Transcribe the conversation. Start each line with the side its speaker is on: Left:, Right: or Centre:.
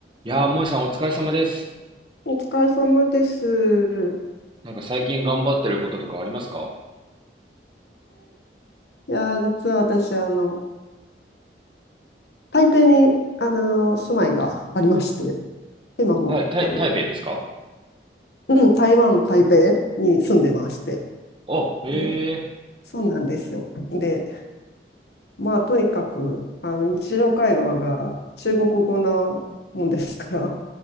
Right: いやー、萌さんお疲れ様です。
Left: お疲れ様です。えー
Right: なんか最近頑張ってることとかありますか
Left: いやー、実は私、あの、台北に、あのー住まいがありまして、今も、
Right: はい、台、
Left: あの、
Right: 台北ですか
Left: うん、台湾、台北に住んでまして、
Right: あ、へえ、
Left: で、そうなんですよ。で、まあ、とにかく、あの、日常会話が中国語なもんですから、